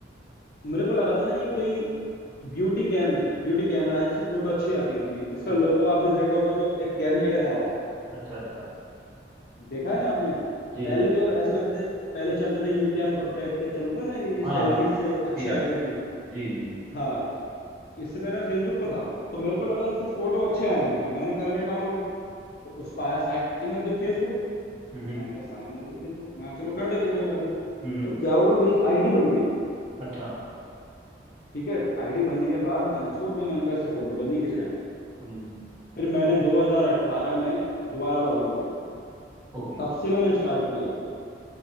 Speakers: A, on the left; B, on the right.
A: मेरे को लगा था ना ये कोई ब्यूटी कैम है ब्यूटी कैमरा है जिससे फोटो अच्छी आती होंगी इसका
B: अ-
A: लोगो आपने देखा होगा तो एक कैमरे की तरह है
B: अच्छा अच्छा अच्छा।
A: देखा है ना आपने
B: जी
A: पहले
B: जी
A: तो
B: देखा आपने।
A: ऐसा लगता था पहले चलते थे यू कैम परफेक्ट चलते थे ना ये
B: हाँ
A: सेल्फी
B: हाँ
A: से अच्छे
B: जी
A: आती
B: आप
A: थी
B: जी जी जी
A: हाँ इससे पहले मैं फेसबुक पे था तो मेरे को लगा इससे फोटो अच्छे आएंगे मैंने कर लिया डाउनलोड तो उस पर आया साइन अप विद फेसबुक
B: हम्म हम्म
A: मैंने कहा साइन अप विद फेसबुक मैं चलो कर देते हैं कोई बात नहीं
B: हम्म, हम्म।
A: तो क्या हुआ मेरी आईडी बन गई
B: अच्छा
A: ठीक है आईडी बनने के बाद मैंने छोड़ दिया मैंने कहा इससे फोटो वोटो नहीं खींच रहे हैं
B: हम्म हम्म।
A: फिर मैंने 2018 में दोबारा लॉगिन किया तो
B: ओके
A: तब से मैंने स्टार्ट किया